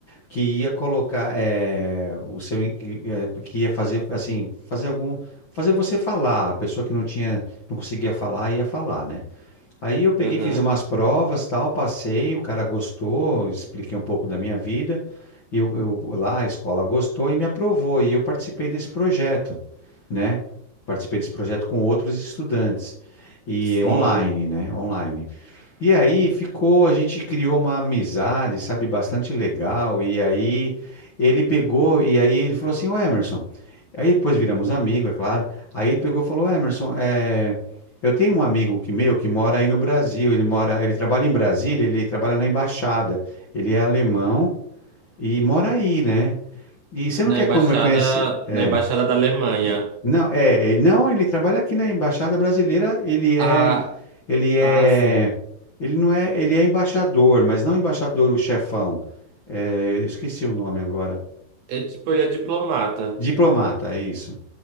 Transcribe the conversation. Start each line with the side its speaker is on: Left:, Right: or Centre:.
Left: que ia colocar eh, o seu in- que eh, que ia fazer assim fazer algum fazer você falar a pessoa que não tinha não conseguia falar ia falar né aí eu peguei
Right: Aham,
Left: fiz umas provas tal passei o cara gostou expliquei um pouco da minha vida eu, eu lá a escola gostou e me aprovou e eu participei desse projeto né participei desse projeto com outros estudantes e
Right: sim.
Left: online né online e aí ficou, a gente criou uma amizade, sabe, bastante legal. E aí ele pegou, e aí ele falou assim, ô Emerson. Aí depois viramos amigo, é claro. Aí ele pegou e falou, Emerson, é, eu tenho um amigo que meu que mora aí no Brasil. Ele mora, ele trabalha em Brasília, ele trabalha na embaixada. Ele é alemão e mora aí, né? E você não
Right: Na
Left: quer
Right: embaixada,
Left: come- conhecer? É.
Right: na embaixada da Alemanha.
Left: Não, é, ele- não, ele trabalha aqui na Embaixada Brasileira, ele é,
Right: Ah,
Left: ele é,
Right: ah, sim.
Left: ele não é, ele é embaixador, mas não embaixador o chefão. É, eu esqueci o nome agora.
Right: É, é tipo, ele é diplomata.
Left: Diplomata, é isso.